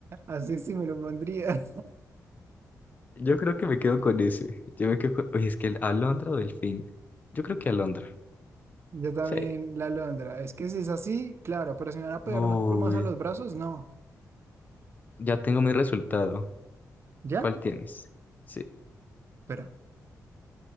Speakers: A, on the right (about 45°); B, on the left (about 30°).
A: Así sí me lo pondría. <laughs>
B: Yo creo que me quedo con ese. Yo me quedo con... Uy, es que el Alondra o Delfín. Yo creo que Alondra.
A: Yo también
B: Sí.
A: la alondra. Es que si es así, claro, pero si me van a
B: Uy,
A: pegar unas plumas a los brazos, no.
B: ya tengo mi resultado.
A: ¿Ya?
B: ¿Cuál tienes? Sí.
A: Espera.